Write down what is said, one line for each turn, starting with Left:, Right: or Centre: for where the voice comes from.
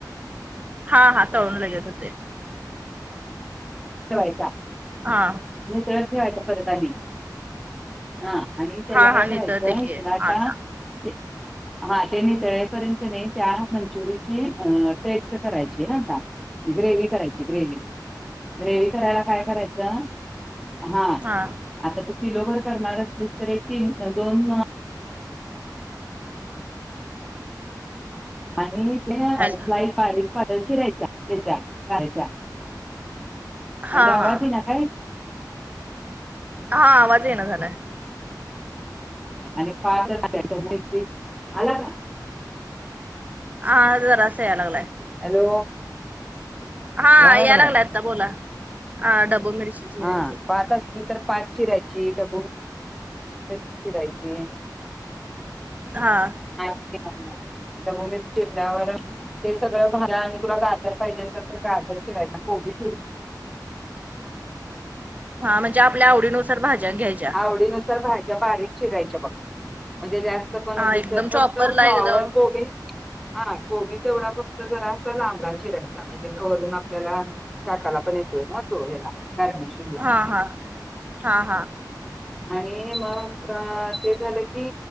Right: हा -हा तळून लगेच होतय.
Centre: ठेवायचा.
Right: हा
Centre: नितळत ठेवायचा परत आणि हा आणि तेला
Right: हा
Centre: काय
Right: हा नितळते
Centre: करायचं
Right: की
Centre: इकडं आता
Right: अच्छा
Centre: ते हा ते नितळेपर्यंत कणी त्या मंचुरीची आ पेस्ट करायची ना आता ग्रेवी करायची ग्रेवी-, ग्रेवी करायला काय करायचं, हा
Right: हा
Centre: आता तू किलो भर करणार असलीस तरी तीन, दोन आणि ते
Right: हॅलो
Centre: स्लाईस बारीक पातळ चिरायच्या तेच्या करायच्या,
Right: हा
Centre: हॅलो आवाज
Right: हा
Centre: इना काय?
Right: हा आवाज ये ना झालाय.
Centre: आणि पाच जणच्या, <unintelligible> आला का?
Right: आ.. जरासं याय लागलाय.
Centre: हॅलो
Right: हा
Centre: यायला
Right: याय
Centre: लागलाय
Right: लागला आता बोला ह डब्बू मिरची- चिरायची
Centre: हा पात असली तर पात चिरायची, ढब्बु मिरची चिरायची.
Right: हा
Centre: <unintelligible> ढब्बु मिरची चिरल्यावर - ते सगळं झाल. आणि तुला गाजर पाहिजे असेल तर गाजर चिरायचा, कोबी <unintelligible>
Right: हा म्हणजे आपल्या आवडीनुसार भाज्या घ्यायच्या
Centre: आवडीनुसार भा्या बारीक चिरायच्या बघ म्हणजे जात पण
Right: हा
Centre: उगीच
Right: एकदम चॉपरला
Centre: फक्त फ्लाॉवर
Right: एकदम
Centre: कोबी हा गोबी तेवढा फक्त जरा असा लांबडा शिरायचा म्हणजे घरून आपल्याला शकाला पण येतोय ना तो ह्याला गर्मिश
Right: हा हा हा हा
Centre: आणि मग ते झालं की